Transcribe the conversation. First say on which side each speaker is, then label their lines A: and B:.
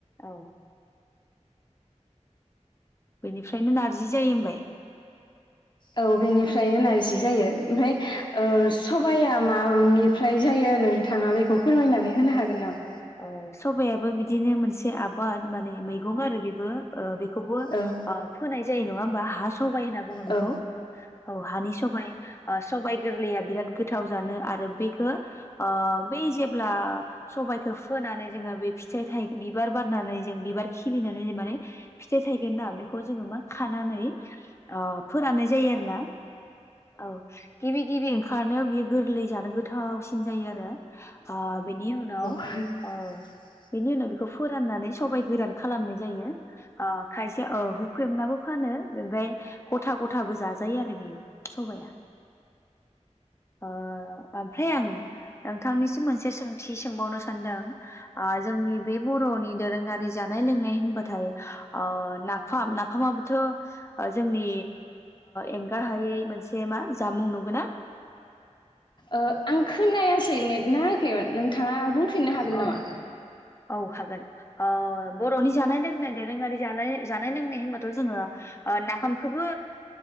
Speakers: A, on the left (about 20°); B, on the left (about 40°).
A: औ बेनिफ्रायनो नारजि जायो होनबाय।
B: औ बेनिफ्रायनो नारजि जायो। ओमफ्राय ओ सबाया मा-मानिफ्राय जायो नोंथाङा बेखौ फोरमायनानै होनो हागोन नामा
A: औ सबायाबो बिदिनो मोनसे आबाद माने मैगं आरो बेबो ओ बे बेखौबो
B: औ
A: अ फोनाय जायो नङा होमबा हा सबाय होनना बुङो बेखौ
B: औ अ
A: औ हानि सबाय सबाय गोरलैया बिराद गोथाव जानो आरो बेखौ अ बै जेब्ला सबाय बेखौ फोनानै जोङो बे फिथाय थायनानै बिबार बारनानै जों बिबार खिलिनानै माने फिथाइ थायगोन ना बेखौ जोङो मा खानानै अ फोराननाय जायो आरो ना? औ गिबि गिबि ओंखारनायाव बियो गोरलै जानो गोथावसिन जायो आरो। आ बेनि उनाव
B: <unintelligible>
A: ओ बेनि उनाव बेखौ फोराननानै सबाय गोरान खालामनाय जायो अ खायसेया ओ हुख्रेबनाबो फानो ओमफ्राय गथा गथाबो जाजायो आरो बेयो सबाया ओ ओमफ्राय आं नोंथांनिसिम मोनसे सोंथि सोंबावनो सान्दों ओ जोंनि बे बर'नि दोरोङारि जानाय लोंनाय होनबाथाय ओ नाफाम नाफामाबोथ' जोंनि एंगार हायै मोनसे मा जामुं नंगौना?
B: ओ आं खोनायासै नेट नाङाखैमोन नोंथाङा बुंफिन बुंफिननो हागोन
A: अ
B: नामा?
A: औ हागोन ओ बर'नि जानाय लोंनाय दोरोङारि जानाय जानाय लोंनाय होनबाथ' जोङो नाफामखौबो